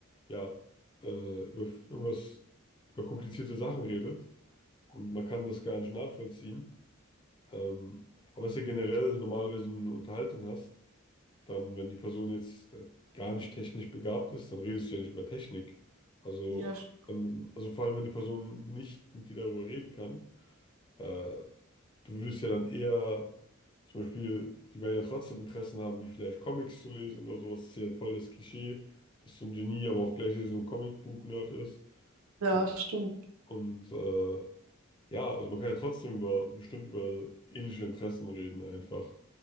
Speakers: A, on the left; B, on the right.
A: ja, äh, über f- irgendwas, über komplizierte Sachen redet und man kann das gar nicht nachvollziehen. Ähm, aber dass du generell normalerweise eine Unterhaltung hast, dann, wenn die Person jetzt äh, gar nicht technisch begabt ist, dann redest du ja nicht über Technik. Also,
B: ja, sch-
A: dann, also vor allem, wenn die Person nicht mit dir darüber reden kann, äh, du würdest ja dann eher, zum Beispiel, die werden ja trotzdem Interessen haben, wie vielleicht Comics zu lesen oder sowas. Das ist ja voll das Klischee, dass so ein Genie aber auch gleichzeitig so ein Comicbuch-Nerd ist.
B: Ja,
A: So,
B: stimmt.
A: und äh, ja, also man kann ja trotzdem über, bestimmt über ähnliche Interessen reden einfach.